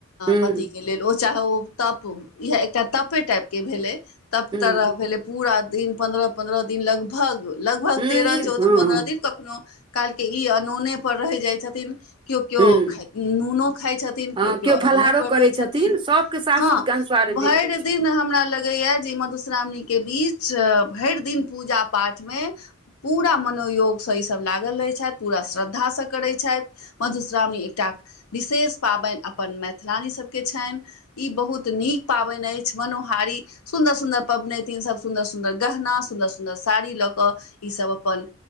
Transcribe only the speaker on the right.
हूँ
हूँ
हूँ
ई
हँ
हँ
हूँ
हँ
फलाहारो
सभके सासुरके
अनुस्वार
विध होइ
छै